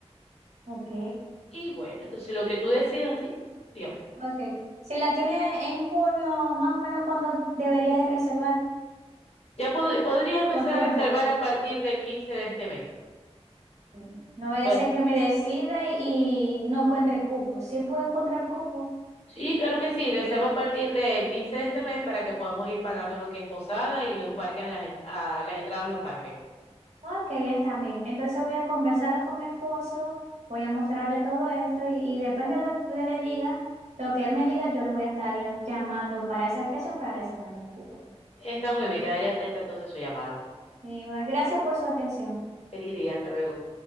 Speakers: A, on the right (about 85°); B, on the left (about 65°).
A: Ok.
B: Y bueno, entonces lo que tú decidas, sí, dígame.
A: Ok. Si la tiene en junio, más o menos cuando debería de reservar
B: Ya pod- podrías empezar
A: con tiempo.
B: a reservar a partir del 15 de este mes.
A: Mm. No vaya
B: Pues
A: a ser que me decida y, y no encuentre cupo. Sí puedo encontrar cupo.
B: sí, claro que sí, reserva a partir del 15 de este mes para que podamos ir pagando lo que es posada y los parques a las, en- a las entradas a los parques.
A: Ok, está bien. Entonces voy a conversarlo con mi esposo, voy a mostrarle todo esto y, y depende de lo que le diga, lo que él me diga, yo le voy a estar eh, llamando para esa fecha para reservar los cupos.
B: Está muy bien, quedaría atenta entonces a su llamada.
A: Y, bueno, gracias por su atención.
B: Feliz día, hasta luego.